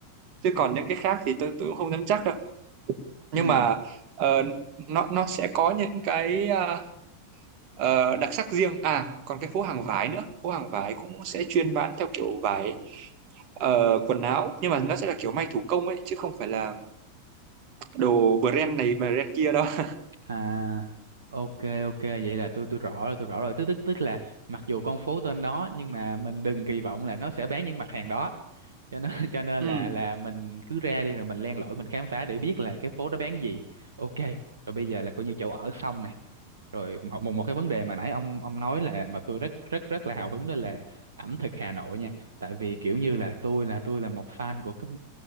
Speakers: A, on the right (about 45°); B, on the right (about 65°).
A: chứ còn những cái khác thì tôi tôi cũng không nắm chắc đâu nhưng
B: ừ.
A: mà ờ, nó nó sẽ có những cái à, Ờ, đặc sắc riêng à còn cái phố hàng vải nữa phố hàng vải cũng sẽ chuyên bán theo kiểu vải ờ, quần áo nhưng mà nó sẽ là kiểu may thủ công ấy chứ không phải là đồ brand này brand kia đâu <laughs>
B: À, ok ok vậy là tôi tôi rõ rồi tôi rõ rồi tức tức tức là mặc dù con phố tên đó nhưng mà mình đừng kỳ vọng là nó sẽ bán những mặt hàng đó cho nên <laughs> cho nên
A: ừ.
B: là là mình cứ ra đi rồi mình len lỏi mình khám phá để biết là cái phố đó bán gì ok rồi bây giờ là coi như chỗ ở xong này rồi một một một cái vấn đề mà nãy ông ông nói là mà tôi rất rất rất là hào hứng đó là ẩm thực Hà Nội nha tại vì kiểu như là tôi là tôi là một fan của các